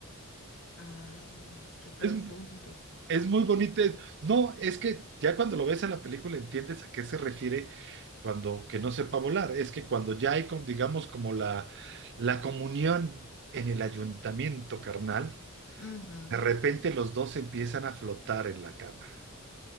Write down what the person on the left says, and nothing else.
ah, qué profundo.
Ujú.